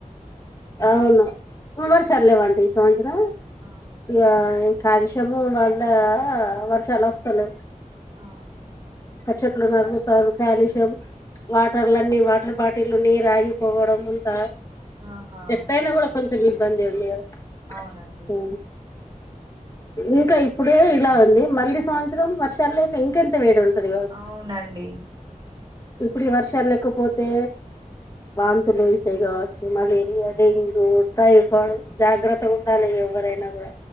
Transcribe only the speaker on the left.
అవును వర్షాలు లేవంటండి ఈ సంవత్సరం
ఇ కాలుష్యము వాళ్ళ వర్షాలు వస్తలేవ్
చెట్లు నరుకుతారు కాల్షియం వాటర్లని వాటర్ బా వాటిలు నీరు ఆగిపోవడం అంత
ఎట్టయిన కూడా కొంచెం ఇబ్బంది ఉంది కదా
ఉ ఇంక ఇప్పుడే ఇలా అండి మళ్ళలీ సంవత్సరం వర్షాలు లేక ఇంకెంత వేడి ఉంటది కావచ్చు
ఇప్పుడు వర్షాలు లేకపోతే వాంతులు చేయ కావచ్చు మలేరియా డెంగ్యూ టైఫాయిడ్ జాగ్రత్తగా ఉండాలి ఎవరైనా కూడ